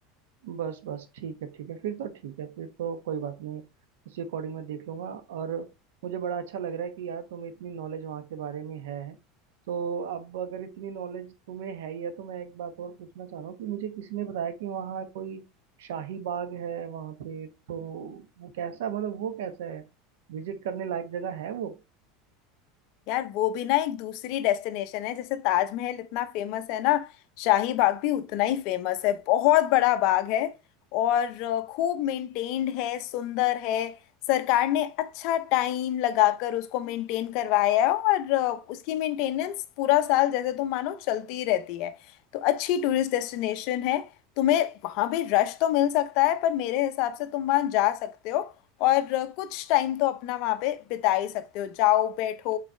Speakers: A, on the right; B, on the left.
A: बस बस ठीक है ठीक है फिर तो ठीक है फिर तो कोई बात नहीं उसी अकॉर्डिंग मैं देख लूंगा और मुझे बड़ा अच्छा लग रहा है कि यार तुम्हें इतनी नॉलेज वहाँ के बारे में है तो अब अगर इतनी नॉलेज तुम्हें है ही है तो मैं एक बात और पूछना चाह रहा हूँ कि मुझे किसी ने बताया कि वहाँ कोई शाही बाग है वहाँ पे तो वो कैसा मतलब वो कैसा है विजिट करने लायक जगह है वो
B: यार वो भी ना एक दूसरी डेस्टिनेशन है जैसे ताजमहल इतना फेमस है ना शाही बाग भी उतना ही फेमस है बहुत बड़ा बाग है और अ, खूब मेंटेन्ड है सुंदर है सरकार ने अच्छा टाइम लगाकर उसको मेंटेन करवाया है और अ, उसकी मेंटेनेंस पूरा साल जैसे तुम मानो चलती ही रहती है तो अच्छी टूरिस्ट डेस्टिनेशन है तुम्हें वहां भी रश तो मिल सकता है पर मेरे हिसाब से तुम वहां जा सकते हो और अ, कुछ टाइम तो अपना वहां पे बिता ही सकते हो जाओ बैठो